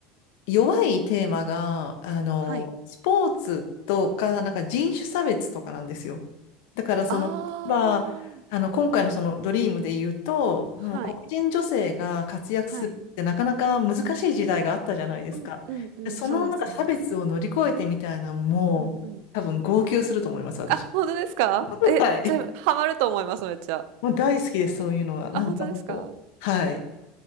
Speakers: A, on the left; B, on the right.
A: 弱いテーマが、あの、
B: はい。
A: スポーツとか、なんか人種差別とかなんですよ。だからその、
B: ああ、
A: 例えば、あの、今回のそのドリームで言うと、
B: はい、
A: その黒人女性が活躍するってなかなか難しい時代があったじゃないですか。
B: はい。うんうんうん、
A: でそのなんか差別を乗り越えてみたいな、
B: そうですね。
A: もう、
B: うんうん。
A: 多分号泣すると思います、私。
B: あ、本当ですか？
A: <laughs>
B: え、
A: はい。
B: じゃあ、ハマると思います、めっちゃ。
A: もう大好きです、そういうのが。なんかもう、
B: あ、本当ですか？
A: はい。